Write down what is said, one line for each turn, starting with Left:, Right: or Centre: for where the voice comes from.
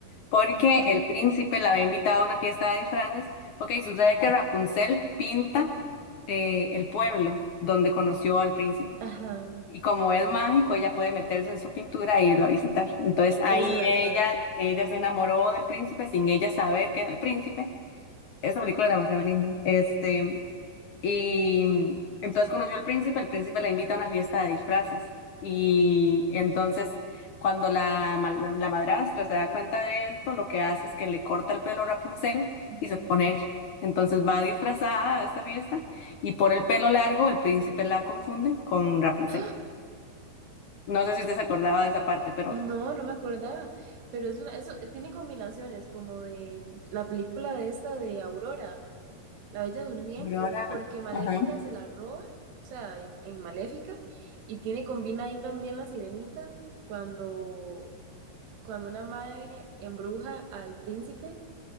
Left: porque
Right: Ujú.
Left: el príncipe la había invitado a una fiesta de disfraces. Ok, sucede que Rapunzel pinta eh, el pueblo donde conoció al príncipe.
Right: Ajá,
Left: Y como es mágico, ella puede meterse en su pintura e irlo a visitar. Entonces ahí
Right: eso me
Left: ella,
Right: acuerdo.
Left: ella se enamoró del príncipe sin ella saber que era el príncipe. Esa película es demasiado linda. Este, y mm, entonces conoció al príncipe, el príncipe la invita a una fiesta de disfraces. Y entonces cuando la, ma- la, la madrastra se da cuenta de esto, lo que hace es que le corta el pelo a Rapunzel
Right: Ujú.
Left: y se pone ella. Entonces va disfrazada a esta fiesta y por el pelo largo el príncipe la confunde con Rapunzel.
Right: ¡Ah!
Left: No sé si usted se acordaba de esa parte, pero,
Right: No, no me acordaba. Pero es una, eso eh, tiene combinaciones como de la película de esta de Aurora, La Bella Durmiente,
Left: pero ahora,
Right: porque Maléfica
Left: ajá.
Right: se la roba, o sea, en, en Maléfica, y tiene, combina ahí también la Sirenita, cuando cuando una mae embruja al príncipe